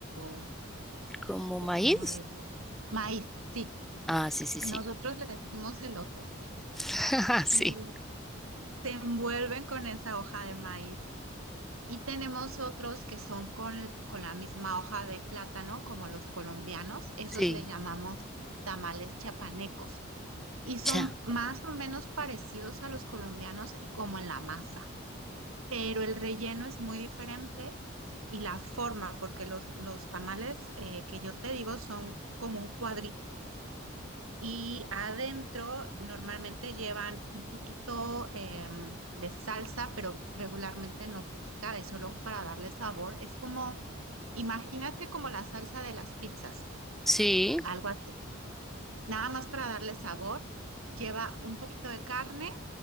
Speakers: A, on the right; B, in the centre.
A: o,
B: ¿Como
A: o
B: maíz?
A: cómo le digan, maíz, sí,
B: Ah, sí, sí,
A: nosotros
B: sí.
A: le decimos elote
B: <laughs>
A: y
B: Sí,
A: se envuelven con esa hoja de maíz. Y tenemos otros que son con, con la misma hoja de plátano, como los colombianos, esos
B: sí.
A: le llamamos tamales chiapanecos. y son
B: ya
A: más o menos parecidos a los colombianos eh, como en la masa, pero el relleno es muy diferente y la forma, porque los, los tamales eh, que yo te digo son como un cuadrito y adentro normalmente llevan un poquito em, de salsa, pero regularmente no pica, es solo para darle sabor. Es como, imagínate como la salsa de las pizzas,
B: Sí.
A: algo así, nada más para darle sabor. Lleva un poquito de carne